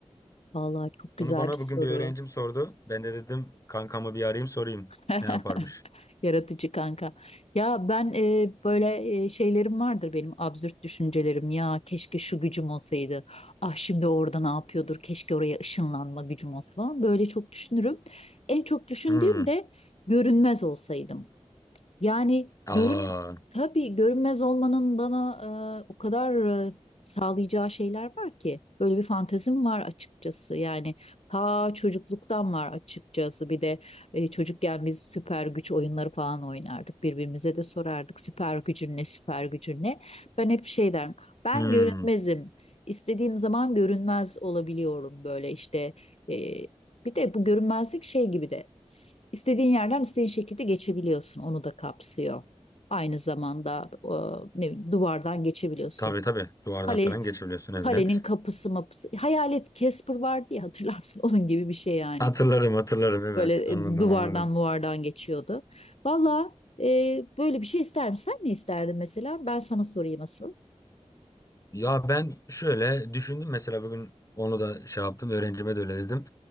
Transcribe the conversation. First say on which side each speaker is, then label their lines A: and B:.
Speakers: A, on the left (about 65°); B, on the left (about 30°).
A: Vallahi çok güzel
B: Bunu bana
A: bir soru.
B: bugün bir öğrencim sordu. Ben de dedim kankamı bir arayayım sorayım.
A: <laughs>
B: Ne yaparmış?
A: Yaratıcı kanka. Ya ben e, böyle e, şeylerim vardır benim absürt düşüncelerim. Ya keşke şu gücüm olsaydı. Ah şimdi orada ne yapıyordur? Keşke oraya ışınlanma gücüm olsa falan. Böyle çok düşünürüm. En çok düşündüğüm
B: Hmm.
A: de görünmez olsaydım. Yani görün
B: Aa.
A: tabii görünmez olmanın bana e, o kadar e, sağlayacağı şeyler var ki. Böyle bir fantezim var açıkçası. Yani ta çocukluktan var açıkçası. Bir de e, çocukken biz süper güç oyunları falan oynardık. Birbirimize de sorardık süper gücün ne, süper gücün ne. Ben hep şey derim. Ben
B: Hmm.
A: görünmezim. İstediğim zaman görünmez olabiliyorum böyle işte. E, bir de bu görünmezlik şey gibi de. İstediğin yerden istediğin şekilde geçebiliyorsun. Onu da kapsıyor. Aynı zamanda e, ne bileyim, duvardan geçebiliyorsun.
B: Tabii tabii. Duvardan
A: Kale,
B: falan geçebiliyorsun evet.
A: kalenin kapısı mapısı. Hayalet Casper vardı ya hatırlar mısın? <laughs> Onun gibi bir şey yani.
B: Hatırlarım hatırlarım evet.
A: Böyle
B: Anladım
A: e, duvardan
B: anladım.
A: muvardan geçiyordu. Valla e, böyle bir şey ister misin? Sen ne isterdin mesela? Ben sana sorayım asıl.
B: Ya ben şöyle düşündüm mesela bugün onu da şey yaptım öğrencime de öyle dedim.